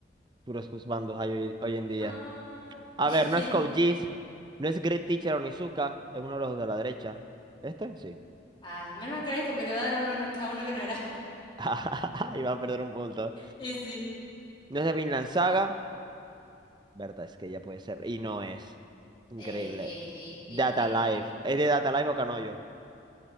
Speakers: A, on the right; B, on the left.
A: Puros juzbandos hay hoy, hoy en día.
B: Ah,
A: A
B: <laughs>
A: ver, no es Code Geass, No es Great Teacher Onizuka. Es uno de los de la derecha. ¿Este? Sí.
B: Ah, menos mal que le diste porque le iba a dar a uno, no- a uno que no era.
A: <laughs> Iba a perder un punto.
B: Y sí.
A: No es de Vinland Saga. Verdad, es que ya puede ser. Y no es. Increíble.
B: Eh, eh,
A: Data
B: eh, eh, eh,
A: Life.
B: eh.
A: ¿Es de Data Life o Canoyo?